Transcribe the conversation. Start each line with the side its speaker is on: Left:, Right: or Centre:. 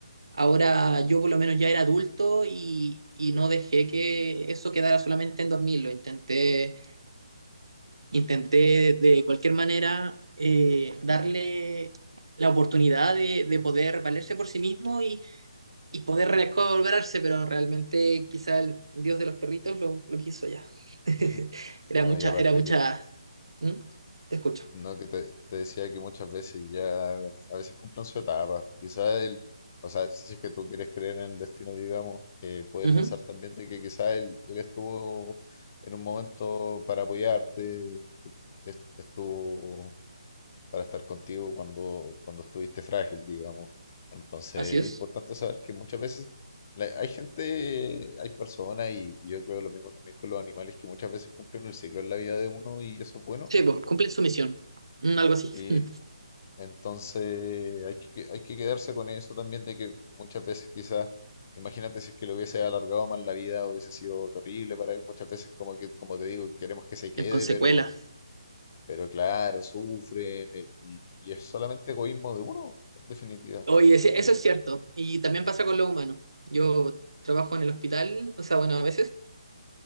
Right: Ahora yo por lo menos ya era adulto y, y no dejé que eso quedara solamente en dormirlo. Intenté, intenté de cualquier manera eh, darle la oportunidad de, de poder valerse por sí mismo y y poder recobrarse, pero realmente quizá el dios de los perritos lo, lo quiso ya. <laughs>
Left: <laughs>
Right: Era
Left: No,
Right: mucha,
Left: y aparte
Right: era mucha.
Left: que
Right: ¿Mm? Te escucho.
Left: No, que te, te decía que muchas veces ya, a veces cumplen su etapa. Quizás el, o sea, si es que tú quieres creer en el destino, digamos, eh, puedes
Right: Ujú,
Left: pensar también de que quizás él, él estuvo en un momento para apoyarte, porque es- estuvo para estar contigo cuando, cuando estuviste frágil, digamos. Entonces,
Right: Así es.
Left: es importante saber que muchas veces la- hay gente, hay personas, y, y yo creo lo mismo también con los animales, que muchas veces cumplen el ciclo en la vida de uno y eso es bueno.
Right: Sí, pues cumplen su misión. Mm, algo así.
Left: Sí,
Right: <laughs> Mm,
Left: entonces hay que, hay que quedarse con eso también de que muchas veces quizás, imagínate si es que le hubiese alargado más la vida, hubiese sido terrible para él. Muchas veces como que, como te digo, queremos que se quede,
Right: En consecuela.
Left: pero, pero claro, sufren eh, y, y es solamente egoísmo de uno, en definitiva.
Right: Oye, sí,
Left: Eh,
Right: eso es cierto. Y también pasa con los humanos. Yo trabajo en el hospital, o sea, bueno, a veces.